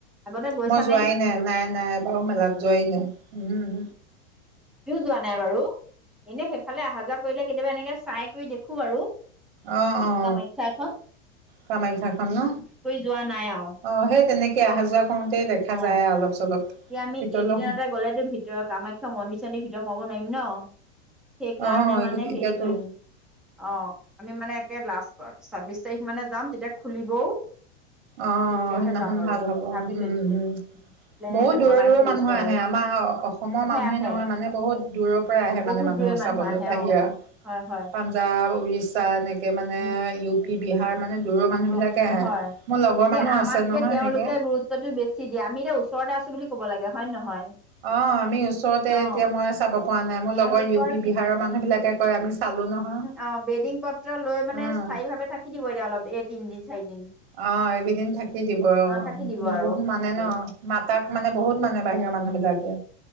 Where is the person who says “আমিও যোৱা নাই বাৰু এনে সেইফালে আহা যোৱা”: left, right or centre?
Centre